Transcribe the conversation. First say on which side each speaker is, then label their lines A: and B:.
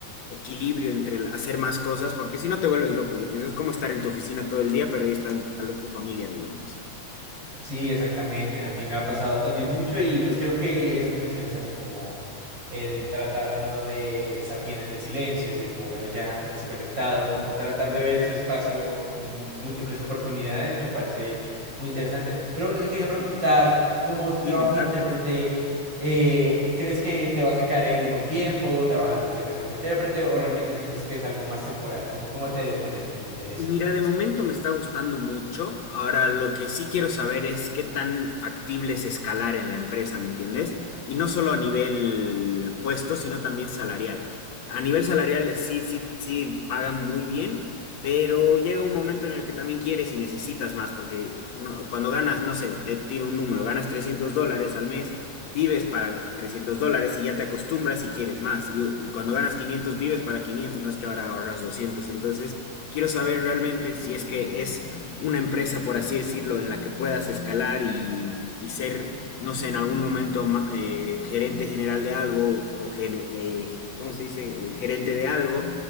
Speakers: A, on the left; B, on the right.
A: equilibrio entre el hacer más cosas, porque si no te vuelves loco. Yo pienso, es como estar en tu oficina todo el día, pero ahí están tal vez tu familia, digamos.
B: Sí, exactamente. A mí me ha pasado también mucho y pues creo que eso que mencionas también como el tratar uno de estar bien en el silencio, decir como bueno ya desconectado, como tratar de
A: Ujú.
B: ver ese espacio en mu- en múltiples oportunidades me parece muy interesante. Pero bueno, te quería preguntar,
A: Sí.
B: ¿cómo tu trabajo
A: Dime, claro.
B: de intérprete, eh, crees que te vas a quedar ahí un buen tiempo trabajando desde casa como intérprete o realmente sientes que es algo más temporal? ¿Cómo, cómo te ha ido con eso que me interesa?
A: Mira, de momento me está gustando mucho. Ahora lo que sí quiero saber es qué tan factible es escalar en la empresa, ¿me entiendes? Y no solo a nivel puesto, sino también salarial. A nivel salarial eh, sí, sí, sí pagan muy bien, pero llega un momento en el que también quieres y necesitas más, porque no- cuando ganas, no sé, te tiro un número, ganas 300 dólares al mes, vives para 300 dólares y ya te acostumbras y quieres más. Y, y cuando ganas 500 vives para 500, no es que ahora ahorras doscientos, Entonces... Quiero saber realmente si es que es una empresa, por así decirlo, en la que puedas escalar y, y ser, no sé, en algún momento ma- eh, gerente general de algo o, gene- eh, ¿cómo se dice? Eh, gerente de algo.